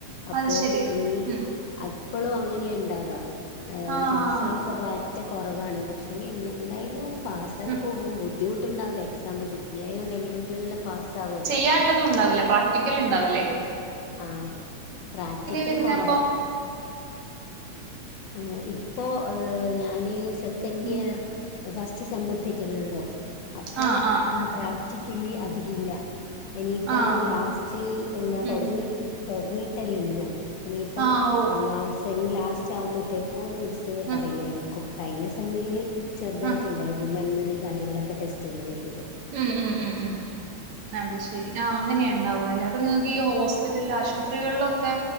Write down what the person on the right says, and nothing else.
അത് ശരി
ഉം
ആഹ്
ഉം
പഠിക്കാനുള്ളതും ഉണ്ടാവില്ല പ - പഠിക്കലു ണ്ടാവില്ലേ
വരുന്നെ
അപ്പൊ
ഉം
ആഹ് ആഹ്
ആഹ്
ഉം
ആഹ് ഓ
ആഹ്
ആഹ്
ഉം ഉം ഉം ഉം ഉം അത് ശരി ആഹ് അങ്ങനെയ ഉണ്ടാവുക അല്ലേ അപ്പൊ നിങ്ങൾക്ക് ഈ ഹോസ്പിറ്റല ആശുപത്രികളിലൊക്കെ